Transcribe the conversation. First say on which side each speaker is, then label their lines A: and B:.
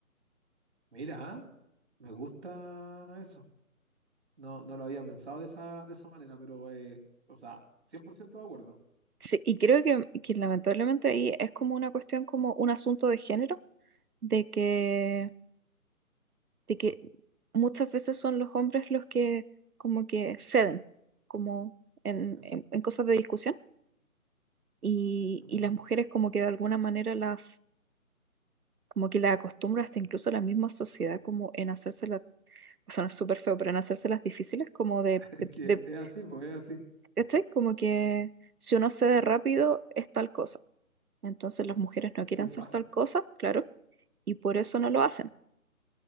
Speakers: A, on the right; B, on the right.
A: mira, ah, Me gusta eso. No, no lo había pensado de esa, de esa manera, pero, eh, o sea, 100% de acuerdo.
B: Sí, y creo que, que lamentablemente ahí es como una cuestión, como un asunto de género, de que de que muchas veces son los hombres los que como que ceden, como en,
A: Sí,
B: en-
A: po,
B: en cosas de discusión, y,
A: sí, totalmente.
B: y las mujeres como que de alguna manera las, como que las acostumbra hasta incluso la misma sociedad como en hacérselas, va a sonar súper feo, pero en hacérselas difíciles, como de,
A: <laughs> Es
B: de,
A: que
B: de-
A: es así, pues es así.
B: ¿cachai? Como que si uno cede rápido es tal cosa. Entonces las mujeres no quieren
A: Muy fácil.
B: ser tal cosa, claro, y por eso no lo hacen.